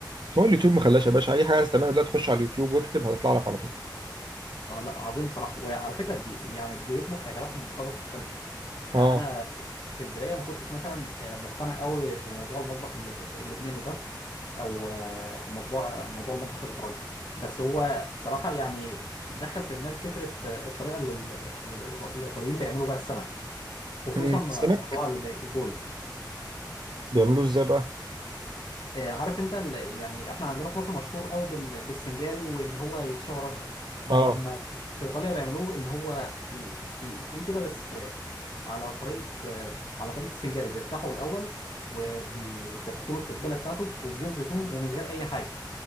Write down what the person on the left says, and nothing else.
اه لا عظيم بصراحه وعلى فكره بي يعني بيطبخ اكلات من مطابخ مختلفه يعني
انا في البدايه ما كنتش مثلا آه، مقتنع قوي بموضوع المطبخ اللب- اللبناني ده او آه، موضوع موضوع المطبخ الايطالي بس هو صراحه يعني دخل في دماغي فكره آه، الطريقه اللي ال- الإيط- الايطاليين بيعملوا بيها السمك خصوصا
موضوع ال- البوري
آه، عارف انت ال- يعني احنا عندنا في مصر مشهور قوي بال- بالسنجاري وان هو يتشوى رده لا
هم في ايطاليا بيعملوه ان هو بي- بيقليه كده بس على طريقه آه، على طريقه السنجاري بيفتحه الاول وبيحطوا له التتبيله بتاعته وبزيت زيتون ومن غير اي حاجه